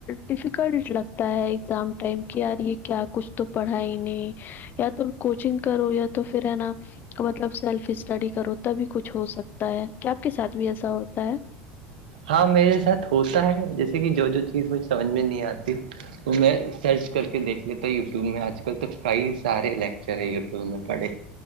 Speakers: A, on the left (about 40°); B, on the right (about 65°).
A: ڈیفیکلٹ لگتا ہے ایگزام ٹائم کی آ رہی ہے کیا کچھ تو پڑھا ہی نہیں یا تو کوچنگ کرو یا تو پھر ہے نا مطلب سیلف اسٹڈی کرو تبھی کچھ ہو سکتا ہے کیا آپ کے ساتھ بھی ایسا ہوتا ہے
B: ہاں میرے ساتھ ہوتا ہے جیسے کہ جو جو چیز مجھے سمجھ میں نہیں آتی وہ میں سرچ کر کے دیکھ لیتا ہوں یوٹیوب میں آج کل تو کئی سارے لیکچر ہیں یوٹیوب میں پڑھے